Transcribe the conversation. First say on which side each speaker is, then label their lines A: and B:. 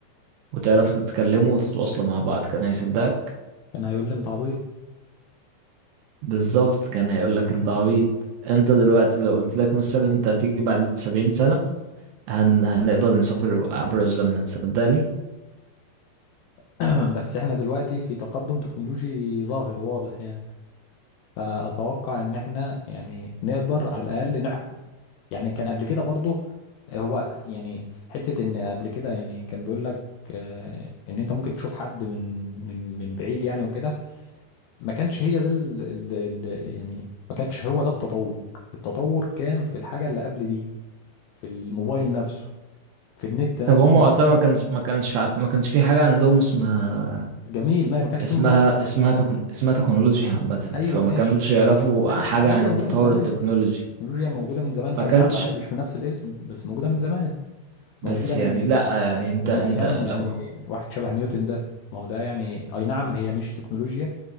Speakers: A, on the right; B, on the left.
A: وتعرفوا تتكلموا وتتواصلوا مع بعض كان هيصدقك
B: كان هيقول لي أنت عبيط
A: بالظبط كان هيقولك انت عبيط انت دلوقتي لو قلت لك مثلا انت هتيجي بعد سبعين سنة هن... هنقدر نسافر عبر الزمن هتصدقني
B: <clears throat> بس إحنا دلوقتي في تقدم تكنولوجي ظاهر واضح يعني فأتوقع إن إحنا يعني نقدر على الأقل نحكم يعني كان قبل كده برضه هو يعني حتة إن قبل كده يعني كان بيقول لك آه، إن أنت ممكن تشوف حد من من من بعيد يعني وكده ما كانش هي ده ال... ال... ال... يعني ما كانش هو ده التطور التطور كان في الحاجة اللي قبل دي في الموبايل نفسه في النت نفسه
A: طب هما
B: أصلا
A: وقتها ما كانش ما كانش عارف- ما كانش في حاجة عندهم اسمها
B: جميل ما ما كانش
A: اسمها
B: فيه موبايل
A: اسمها تكن... اسمها تكنولوجيا عامة
B: أيوه
A: فما
B: ماشي
A: كانوش يعرفوا
B: لا التكنولوجيا
A: حاجة عن
B: موجودة
A: التطور
B: من زمان
A: التكنولوجي
B: التكنولوجيا موجودة من زمان
A: ما
B: أي
A: كانش
B: نعم مش بنفس الاسم بس موجودة من زمان
A: بس
B: موجودة من
A: يعني لا يعني انت
B: من
A: انت
B: أيام يعني
A: لو آه،
B: واحد شبه نيوتن ده ما هو ده يعني أي نعم هي مش تكنولوجيا